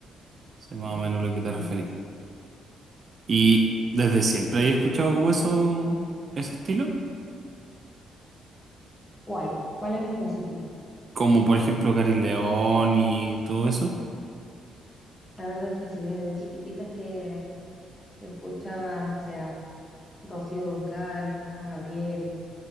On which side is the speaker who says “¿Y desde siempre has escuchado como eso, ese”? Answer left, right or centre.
Right